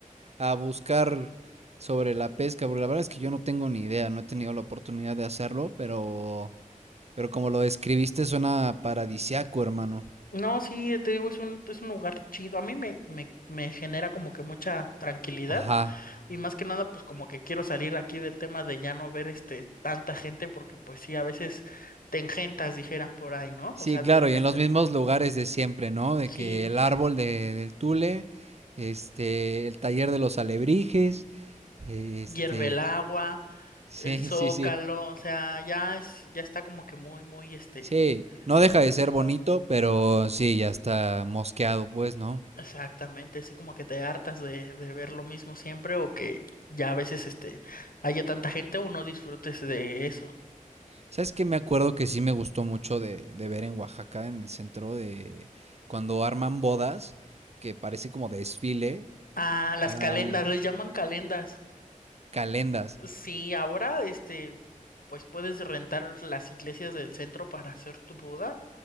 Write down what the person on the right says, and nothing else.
a buscar sobre la pesca, porque la verdad es que yo no tengo ni idea, no he tenido la oportunidad de hacerlo, pero, pero como lo describiste, suena paradisiaco, hermano.
Ajá.
Sí,
claro,
y en los mismos lugares de siempre, ¿no? De
que el árbol de- del tule, este, el taller de los alebrijes, este,
sí,
sí, sí,
sí, no deja de
ser bonito, pero sí, ya está mosqueado, pues, ¿no?
¿Sabes qué? Me acuerdo que sí me gustó mucho de, de ver en Oaxaca, en el centro de, cuando arman bodas, que parece como desfile,
ah,
calendas,